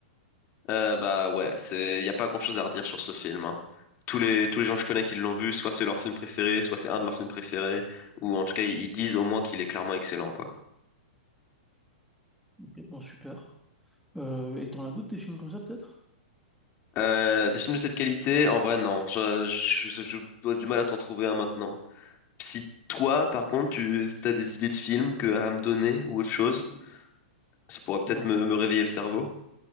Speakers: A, on the left; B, in the centre.
A: Euh, bah ouais, c'est y a pas grand-chose à redire sur ce film. hein. Tous les tous les gens que je connais qui l'ont vu, soit c'est leur film préféré, soit c'est un de leurs films préférés, ou en tout cas ils disent au moins qu'il est clairement excellent quoi.
B: Ok, bon super. Euh, et t'en as d'autres des films comme ça peut-être?
A: Euh, des films de cette qualité, en vrai non, je, je, je- je dois du mal à t'en trouver un maintenant. Si toi par contre tu as des idées de films que à me donner ou autre chose, ça pourrait peut-être
B: Bon,
A: me, me réveiller le cerveau.